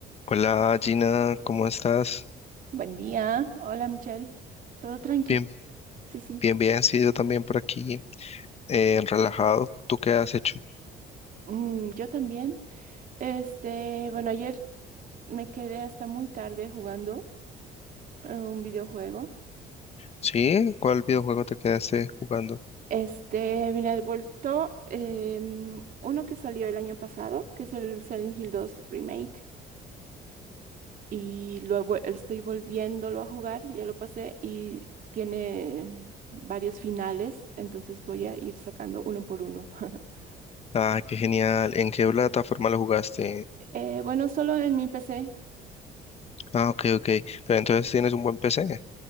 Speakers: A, on the left; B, on the right.
A: Hola Gina, ¿cómo estás?
B: Buen día. Hola, Michelle. Todo tranqui.
A: Bien,
B: Sí, sí.
A: bien, bien, sí, yo también por aquí, eh, relajado. ¿Tú qué has hecho?
B: Mm, yo también. Este, bueno, ayer me quedé hasta muy tarde jugando eh, un videojuego.
A: ¿Sí? ¿Cuál videojuego te quedaste jugando?
B: Este, mira, he vuelto em, uno que salió el año pasado, que es el Silent Hill 2 Remake, y lo he vuel- estoy volviéndolo a jugar, ya lo pasé y tiene varios finales, entonces voy a ir sacando uno por uno. <laughs>
A: Ah, qué genial. ¿En qué plataforma lo jugaste?
B: Eh, bueno, solo en mi PC,
A: Ah, ok, ok. Pero entonces tienes un buen PC.